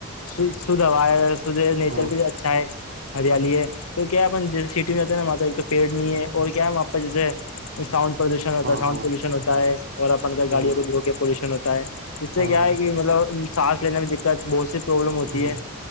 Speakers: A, on the left; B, on the right.
A: شھ ہا ہے شدھ نیچر
B: ہاں
A: بھی اچ اچھا ہے ہریالی ہے تو کیان جیے سٹی میں آتے ہیں نا مات ایک تو پیڑ نہیں ہے اور کیا جیسے ساؤنڈ پردوشن ہوتا
B: ہاں
A: ساؤنڈ
B: ہاں
A: پولوشن ہوتا ہے اور اپن
B: ہاں
A: گاڑیوں کو دھو کے پولوشن ہوتا ہے اس سے
B: ہاں
A: کیا ہے کہ مطلب سانس لینے میں دقت بہت سی پروابلم ہوتی
B: ہاں ہاں
A: ہے